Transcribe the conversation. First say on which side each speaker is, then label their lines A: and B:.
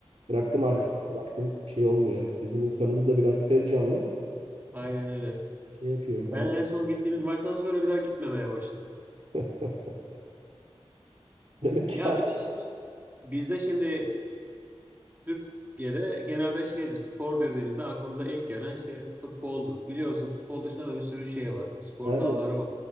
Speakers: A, on the right; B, on the right.
A: Bıraktım artık.
B: He.
A: yani. Baktım şey olmuyor. Bizim insanımız da biraz tez canlı.
B: Aynen
A: E,
B: öyle.
A: Şey yapıyor
B: Ben
A: olay.
B: en son gittiğimiz maçtan sonra bir daha gitmemeye başladım.
A: <laughs> Demek ki
B: Ya bir de şimdi bizde şimdi Türkiye'de genelde şeydir spor dediğimizde aklımıza ilk gelen şey futboldur. Biliyorsun futbol dışında da bir sürü şey var. Spor
A: abi.
B: dalları var.